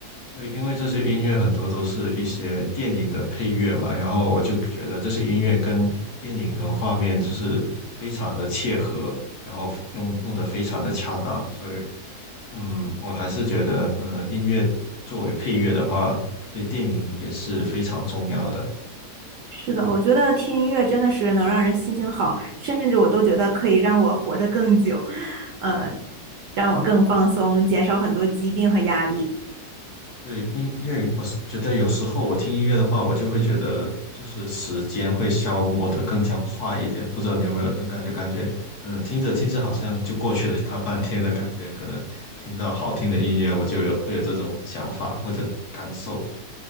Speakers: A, on the left; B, on the right.
A: 对，因为这些音乐很多都是一些电影的配乐嘛，然后我就觉得这些音乐跟电影的画面就是非常的切合，然后用用的非常的恰当，所以，嗯，我还是觉得，呃，音乐作为配乐的话，对电影也是非常重要的。
B: 是的，我觉得听音乐真的是能让人心情好，甚至我都觉得可以让我活得更久，呃，让我更放松，减少很多疾病和压力。
A: 对，因因为我是觉得有时候我听音乐的话，我就会觉得就是时间会消磨的更加快一点。不知道你有没有这种感觉？感觉嗯，听着听着好像就过去了大半天的感觉。可能听到好听的音乐，我就有会有这种想法或者感受。